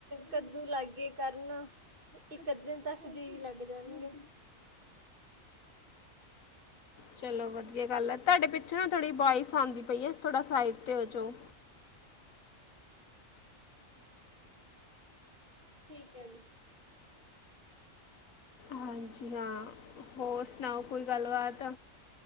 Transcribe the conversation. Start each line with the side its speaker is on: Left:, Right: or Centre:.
Right: ਕੱਦੂ ਲਾਗੇ ਕਰਨ ਇੱਕੱ ਦਿਨ ਤੱਕ ਜੀ ਲੱਗ ਜਾਣਗੇ।
Left: ਚਲੋ ਵਧੀਆ ਗੱਲ ਹੈ। ਤੁਹਾਡੇ ਪਿੱਛੋਂ ਨਾ ਥੋੜੀ ਬੋਇਸ ਆਉਂਦੀ ਪਈ ਹੈ ਥੋੜਾ ਸਾਈਡ ਤੇ ਹੋ ਜਾਓ
Right: ਠੀਕ ਹੈ।
Left: ਹਾਂਜੀ ਹਾਂ ਹੋਰ ਸੁਣਾਓ ਕੋਈ ਗੱਲਬਾਤ।